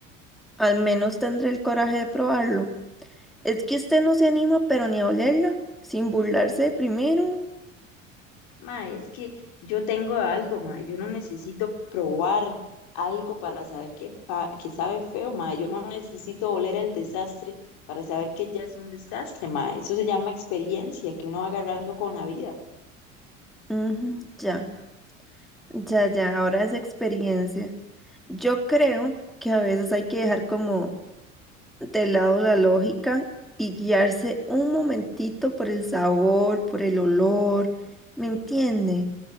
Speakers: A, in the centre; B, on the left.
A: al menos tendré el coraje de probarlo. Es que usted no se anima, pero ni a olerla, sin burlarse primero.
B: Ma, es que yo tengo algo, ma, yo no necesito probar algo para saber que, fa- que sabe feo, ma, yo no necesito oler el desastre para saber que ya es un desastre, ma, eso se llama experiencia que uno va agarrando con la vida.
A: Ujú, ya. Ya, ya, ahora es experiencia. Yo creo que a veces hay que dejar como de lado la lógica y guiarse un momentito por el sabor, por el olor. ¿Me entiende?